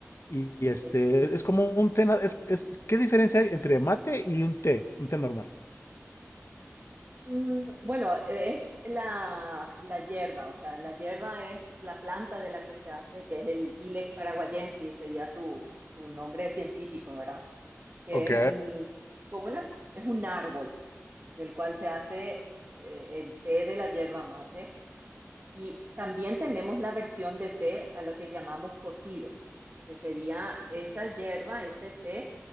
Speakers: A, on the left; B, on the right.
A: Y, y este,
B: eh,
A: es como un té, na- es, es- ¿qué diferencia hay entre mate y un té? Un té normal.
B: mm, bueno, e-, es la, la hierba, o sea, la hierba es la planta de la que se hace, que es el Ilex paraguayensis, sería su, su nombre científico, ¿verdad? Que
A: Ok,
B: es un, como una, es un árbol del cual se hace eh, el té de la hierba mate Y también tenemos la versión de té a lo que llamamos cocido, que sería esa hierba, ese té